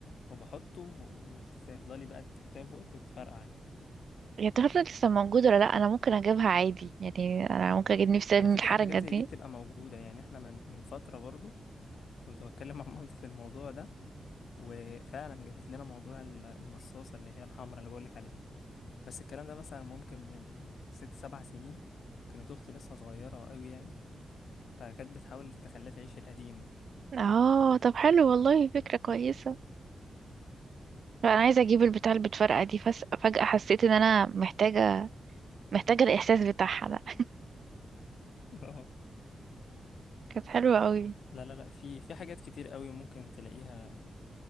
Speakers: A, on the left (about 75°); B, on the right (about 60°).
A: وبحطه و- وتفضلي بقى تحطيها في بقك وتفرقع
B: يا ترى لسه موجودة ولا لا انا ممكن اجيبها عادي يعني انا ممكن اجيب نفسي
A: على
B: من
A: فكرة
B: الحركة
A: حاجات زي
B: دي
A: دي بتبقى موجودة يعني احنا من من فترة برضو كنت بتكلم <laughs> مع مامتي في الموضوع ده وفعلا جابت لنا موضوع ال- المصاصة اللي هي الحمراء اللي بقولك عليها بس الكلام ده مثلا ممكن من ست سبع سنين كانت أختي لسه صغيرة أوي يعني فكانت بتحاول تخليها تعيش القديم بقى
B: اه طب حلو والله فكرة كويسة لا انا عايزه اجيب البتاع اللي بتفرقع دي فس... فجاه حسيت ان انا محتاجه محتاجه الاحساس بتاعها ده <laughs>
A: <laughs> اه
B: كانت حلوه قوي
A: لا لا لا في في حاجات كتير قوي ممكن تلاقيها